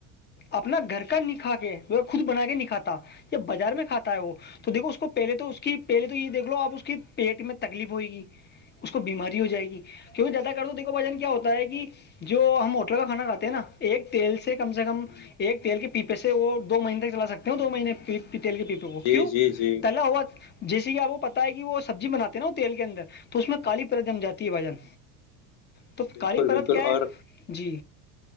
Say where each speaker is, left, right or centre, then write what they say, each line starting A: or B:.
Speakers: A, on the left; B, on the left.
A: اپنا گھر کا نکھا کے خود بنا کے نکھاتا ب بازار میں کھاتا ہے وہ تو دیکو اس کو پہلے تو اس کی پہلے تو یہ دیکھ لو آپ اس کی پیٹ میں تکلیف ہوئے گی اس کو بیماری ہو جائے گی کیونکہ جیادا کر تو دیکھو بھجن کیا ہوتا ہے کہ جو ہم ہوٹل کا کھانا کھے ہیں نا ایک تیل سے کم سے کم
B: ہ
A: ایک تیل کے پیپے سے وہ دو مہینے تک چلا سکتے ہیں دو مہینے پی تیل کے پی پ
B: جی
A: کیو
B: جی جی
A: تل ہوا جیسے کہ آپ کو پتتا ہے کہ وہ سبزی بناتے نا تیل کے اندر تو اس میں کالی پرت جم جاتی ہے بجن تو
B: بالکل
A: کالی پرت
B: بالکل
A: کیا ہے
B: اور
A: جی